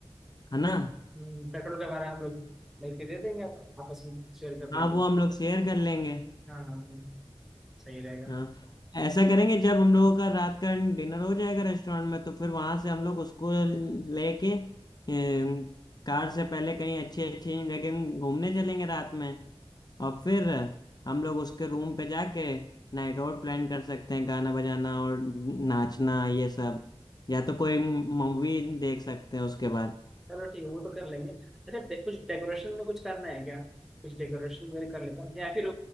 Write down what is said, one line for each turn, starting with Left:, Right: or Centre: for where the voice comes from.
Left: है ना
Centre: हम्म, पेट्रोल का भाड़ा हम लोग मिलके दे देंगे आप, आपस में शेयर कर
Left: हाँ
Centre: लेंगे
Left: वो हम लोग शेयर कर लेंगे
Centre: हाँ हाँ हाँ सही रहेगा
Left: हाँ ऐसा करेंगे जब हम लोगों का रात का डिनर हो जाएगा रेस्टोरेंट में तो फिर वहां से हम लोग उसको लेके अम, कार से पहले कहीं अच्छी अच्छी जगह घूमने चलेंगे रात में और फिर हम लोग उसके रूम पे जाके नाइट आउट प्लान कर सकते हैं गाना बजाना और नाचना ये सब या तो कोई मूवी देख सकते हैं उसके बाद
Centre: चलो ठीक है वो तो कर लेंगे अच्छा डे, कुछ डेकोरेशन में कुछ करना है क्या कुछ डेकोरेशन वगैरह कर लेता हूँ या फिर